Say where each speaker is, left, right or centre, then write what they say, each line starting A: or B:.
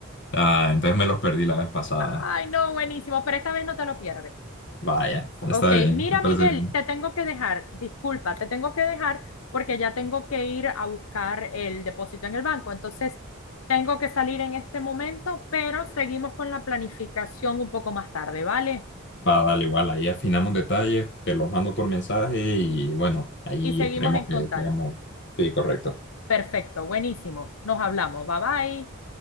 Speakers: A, on the left (about 60°); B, on the left (about 75°).
A: Ah, entonces me los perdí la vez pasada.
B: Ay, no, buenísimo, pero esta vez no te lo pierdes.
A: Vaya,
B: Ok,
A: está bien,
B: mira,
A: me parece
B: Miguel,
A: bien.
B: te tengo que dejar, disculpa, te tengo que dejar porque ya tengo que ir a buscar el depósito en el banco. Entonces, tengo que salir en este momento, pero seguimos con la planificación un poco más tarde, ¿vale?
A: Va, dale, igual, ahí afinamos detalles, te los mando por mensaje y bueno, ahí
B: Y seguimos
A: esperemos
B: en contacto.
A: que seamos. Sí, correcto.
B: Perfecto, buenísimo. Nos hablamos. Bye bye.